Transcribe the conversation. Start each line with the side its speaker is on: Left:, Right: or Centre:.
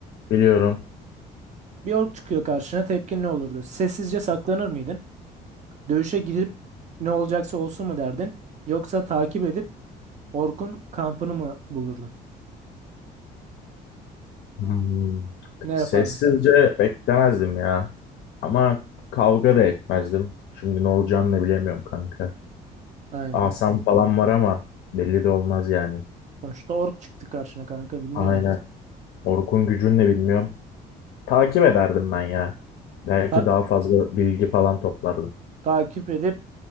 Left: Biliyorum.
Right: Bir ork çıkıyor karşına tepkin ne olurdu? Sessizce saklanır mıydın? Dövüşe girip ne olacaksa olsun mu derdin? Yoksa takip edip orkun kampını mı bulurdun?
Left: Hmm.
Right: Ne yapardın?
Left: Sessizce beklemezdim ya. Ama kavga da etmezdim. Şimdi ne olacağını da bilemiyorum kanka.
Right: Aynen.
Left: Asam falan var ama belli de olmaz yani.
Right: Sonuçta ork çıktı karşına kanka bilmiyorum
Left: Aynen.
Right: artık.
Left: Orkun gücünü de bilmiyorum. Takip ederdim ben ya. Belki
Right: Ta-
Left: daha fazla bilgi falan toplardım.
Right: takip edip